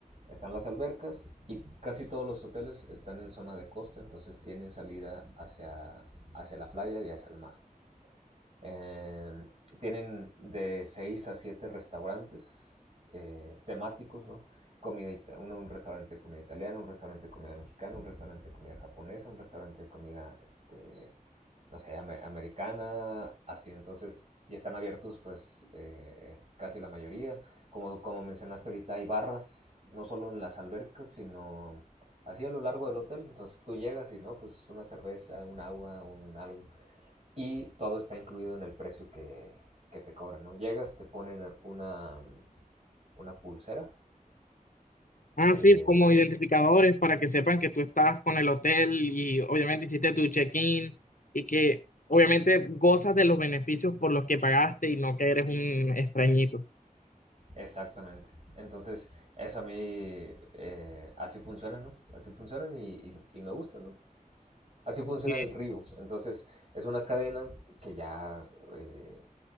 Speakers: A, on the right; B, on the left.
A: Están las albercas y casi todos los hoteles están en zona de costa, entonces tienen salida hacia, hacia la playa y hacia el mar. Eh, tienen de 6 a 7 restaurantes eh, temáticos, ¿no? Comida, uno, un restaurante de comida italiana, un restaurante de comida mexicana, un restaurante de comida japonesa, un restaurante de comida, este, no sé, am americana, así. Entonces, y están abiertos pues eh, casi la mayoría. Como, como mencionaste ahorita, hay barras, no solo en las albercas, sino así a lo largo del hotel. Entonces tú llegas y no, pues una cerveza, un agua, un algo y todo está incluido en el precio que, que te cobran, ¿no? Llegas, te ponen una, una pulsera
B: Ah,
A: eh,
B: sí, como
A: y
B: identificadores para que sepan que tú estás con el hotel y obviamente hiciste tu check-in y que obviamente gozas de los beneficios por los que pagaste y no que eres un extrañito.
A: exactamente. Entonces, eso a mí eh, así funciona, ¿no? Así funcionan y, y, y me gusta, ¿no? Así funciona
B: Ok,
A: el río. Entonces, es una cadena que ya eh,